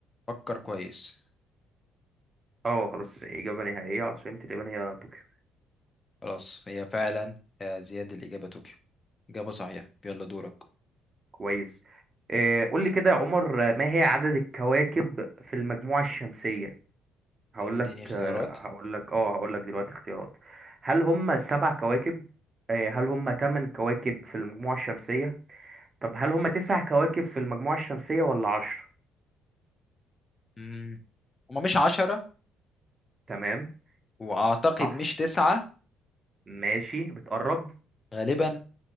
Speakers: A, on the left (about 30°); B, on the right (about 35°).
A: فكر كويس
B: اه خلاص اجابة نهائية عاصمة اليابان هي طوكيو
A: خلاص هي فعلا يا زياد الإجابة طوكيو إجابة صحيحة يلا دورك
B: كويس آه، قول لي كده يا عمر آه، ما هي عدد الكواكب في المجموعة الشمسية هقول
A: طيب اديني
B: لك
A: اختيارات
B: آه، هقول لك اه هقول لك دلوقتي اختيارات هل هم سبع كواكب آه، هل هم ثمان كواكب في المجموعة الشمسية طب هل هم تسع كواكب في المجموعة الشمسية ولا عشرة
A: مم. هما مش عشرة
B: تمام
A: وأعتقد
B: صح
A: مش تسعة
B: ماشي بتقرب
A: غالبا